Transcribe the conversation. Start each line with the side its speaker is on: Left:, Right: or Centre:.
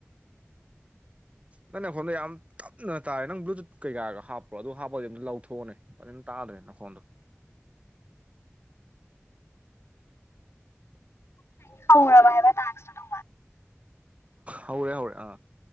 Right: ꯅꯪ ꯅꯈꯣꯟꯗ ꯌꯥꯝ ꯇꯞꯅ ꯇꯥꯏꯔꯦ ꯅꯪ ꯕ꯭ꯂꯨꯇꯨꯠ ꯀꯩꯀꯥꯒ ꯍꯥꯞꯄ꯭ꯔꯣ ꯑꯗꯨ ꯍꯥꯞꯄꯗꯤ ꯑꯝꯇ ꯂꯧꯊꯣꯛꯑꯣꯅꯦ ꯐꯖꯟ ꯇꯥꯗ꯭ꯔꯦ ꯅꯈꯣꯟꯗꯣ
Left: <unintelligible> ꯍꯥꯏꯕ ꯗꯥꯟꯁꯇꯨꯗꯣ
Right: ꯍꯧꯔꯦ ꯍꯧꯔꯦ ꯑꯥ